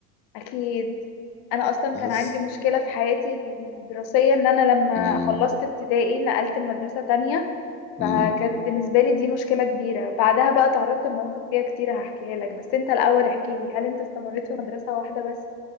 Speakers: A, on the left; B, on the left.
A: اكيد انا اصلا
B: تحس
A: كان عندي مشكله في حياتي الدراسيه ان انا لما
B: مم.
A: خلصت ابتدائي نقلت المدرسه تانية
B: مم.
A: فكانت بالنسبة لي دي مشكلة كبيرة بعدها بقى تعرضت لمواقف فيها كتير هحكيها لك بس انت الأول احكي لي هل انت استمريت في مدرسة واحدة بس